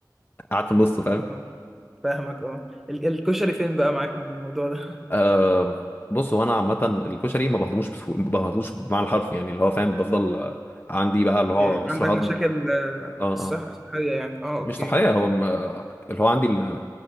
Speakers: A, on the left (about 25°); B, in the centre.
A: قاعد في النص فاهم
B: آه، فاهمك اه ال- الكشري فين بقى معاك من الموضوع ده
A: آه بص هو انا عامه الكشري ما بهضموش بسهوله ما بهضموش بمعنى الحرف يعني اللي هو فاهم بفضل آه، عندي بقى
B: <laughs>
A: اللي هو
B: إيه،
A: عسر
B: عندك
A: هضم
B: مشاكل
A: و...
B: آه،
A: اه
B: في الصحة
A: آه.
B: الصحية يعني اه اوكي
A: مش طحالية هو م... اللي هو عندي ال...